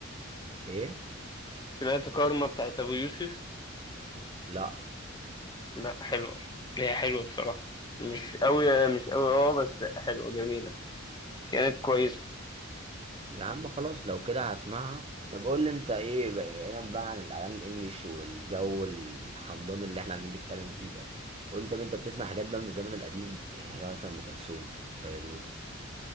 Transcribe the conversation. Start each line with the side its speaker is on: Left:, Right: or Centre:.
Right: ايه
Left: سمعت كارما بتاعت أبو يوسف
Right: لا
Left: لأ حلوة هي حلوة بصراحة مش أوي مش أوي اه بس حلوة جميلة كانت كويسة
Right: يا عم خلاص لو كده هسمعها طب قول لي انت ايه بقى بعيدا بقى عن الاغاني الانجليش والجو الحمضان اللي احنا عمالين نتكلم فيه ده قول لي طب انت بتسمع حاجات بقى من الزمن القديم يعني حاجه مثلا ام كلثوم فيروز